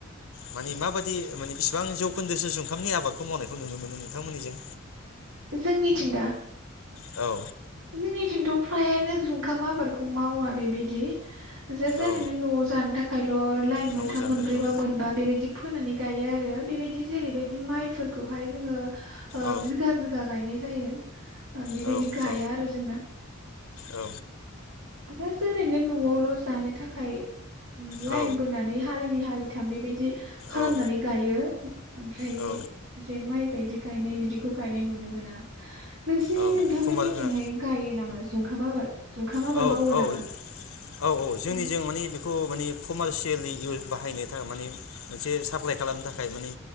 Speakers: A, on the left; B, on the right.
A: माने माबादि बेसेबां जौखोन्दो सो जुखामनि आबाद खौ मावनायखौ नुनो मोनो नोंथांमोननिजों?
B: जोंनिथिंदा
A: औ
B: जोंनिथिंथ' फ्रायानो जुंखाम आबादखौ मावा बेबायदि। जास्टओरैनो
A: औ
B: न'आव जानो थाखायल' लाइन
A: न'आव
B: मोनथाम
A: जानो
B: मोनब्रै
A: औ
B: बा मोनबा बेबायदि फोनानै। गायो आरो बेबायदि जेरैबायदि माइफोरखौ जोङो
A: औ
B: बिघा बिघा गायनाय जायो बेबायदि
A: औ
B: गाया
A: औ
B: जोंना
A: औ
B: जास्ट ओरैनो न'आवल' जानो थाखाय ओ लायेन
A: औ
B: बोनानै हालिनि हालि थाम बेबायदि दि खालामनानै
A: औ
B: गायो ओमफ्राय
A: औ
B: जे माइ बायदि गायनाय बिदिखौ गायनाय नुनो मोना नोंसिनि
A: औ
B: नोंथांमोननि
A: खमबा
B: थिंहाय गायो नामा जुंखाम आबद जुंखाम आबाद
A: औ
B: मावो
A: औ
B: नामा
A: औ औ
B: अ
A: जोंनि जों माने बेखौ माने कमारसियेलि इयउस बाहायनो थाखाय माने मोनसे साप्लाय खालामनो थाखाय माने